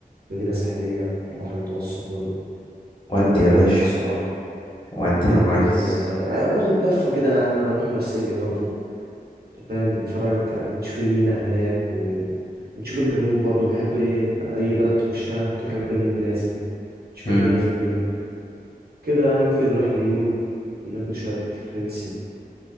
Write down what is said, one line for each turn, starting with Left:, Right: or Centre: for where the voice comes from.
Right: ومدينة ساحلية على البحر المتوسط برضه
Left: ودي
Right: جواها
Left: يا
Right: جامد
Left: باشا
Right: بصراحة
Left: ودي
Right: ممكن
Left: يا ريس
Right: آه، ناخد لفة كده يا عم نروح مارسيليا برضه أنت فاهم نتفرج يعني نشوف المينا هناك و- ونشوف الجنوب برضه بحب إيه أي بلد تخشها تروح الجنوب لازم تشوف
Left: مم.
Right: الدنيا في الجنوب كده يعني ممكن نروح ليون ناكل شوية أكل فرنسي